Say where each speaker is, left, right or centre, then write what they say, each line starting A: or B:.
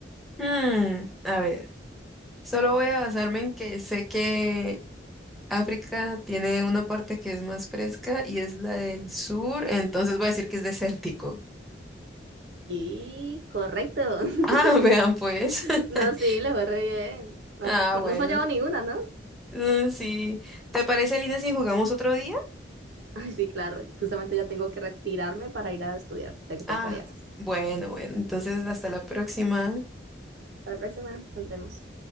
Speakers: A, in the centre; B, on the right (about 60°).
A: Hmm, a ver, solo voy a basarme en que sé que África tiene una parte que es más fresca y es la del sur, entonces voy a decir que es desértico.
B: Y correcto. <laughs>
A: Ah, <laughs> vean pues.
B: No,
A: <laughs>
B: sí, le fue re bien. No,
A: Ah,
B: fa-
A: bueno.
B: no has fallado ni una, ¿no?
A: Mm, Sí. ¿Te parece, Lina, si jugamos otro día?
B: Ay, sí, claro. Justamente ya tengo que retirarme para ir a estudiar, ya que tengo
A: Ah,
B: tareas.
A: bueno, bueno. Entonces, hasta la próxima.
B: Para la próxima, nos vemos.